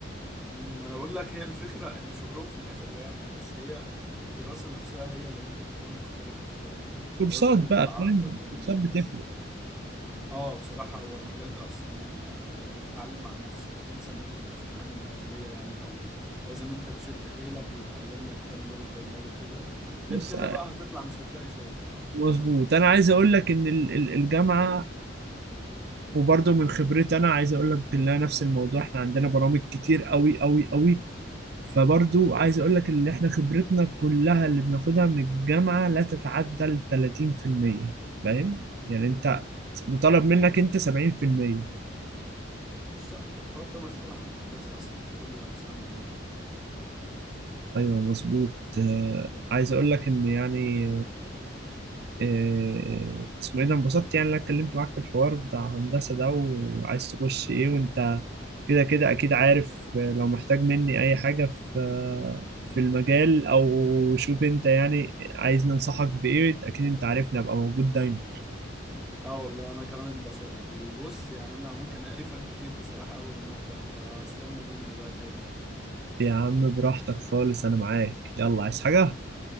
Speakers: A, in the centre; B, on the right.
A: امم انا بقول لك هي الفكره ان شغلهم في الاخر واحد بس هي الدراسه نفسها هي اللي ممكن تكون مختلفه شويه
B: كورسات
A: هو ده بيبقى
B: بقى
A: العائق
B: فاهم
A: قدام
B: كورسات
A: الناس
B: بتفرق
A: اه بصراحه هو المجال ده اصلا يعني, يعني انت بتتعلم مع نفسك انسى ان انت تاخد حاجه من الكليه يعني قوي لازم انت تشد حيلك وتتعلم لك كام لغه برمجه كده غير
B: بص
A: كده
B: آه،
A: بقى هتطلع مش هتلاقي شغل
B: مظبوط انا عايز اقول لك ان ال- ال- الجامعه وبرضه من خبرتي انا عايز اقول لك ان أنا نفس الموضوع احنا عندنا برامج كتير قوي قوي قوي فبرضو عايز اقول لك اللي احنا خبرتنا كلها اللي بناخدها من الجامعة لا تتعدى ال 30% فاهم يعني انت مطالب منك انت 70%
A: بالظبط الحوار ده مشهور عن هندسه اصلا في كل الاقسام عموما
B: ايوه مظبوط آه عايز اقول لك ان يعني آه اسمه ايه ده انبسطت يعني إن انا اتكلمت معاك في الحوار بتاع هندسة ده وعايز تخش ايه وانت كده كده اكيد عارف آه، لو محتاج مني اي حاجة في آه، في المجال او شوف انت يعني عايزني انصحك بايه اكيد انت عارفني ابقى موجود دايما
A: اه والله انا كمان انبسطت وبص يعني انا ممكن اقرفك كتير بصراحة اول ما ابدأ فاستنى مني بقى تاني
B: يا عم براحتك خالص انا معاك يلا عايز حاجة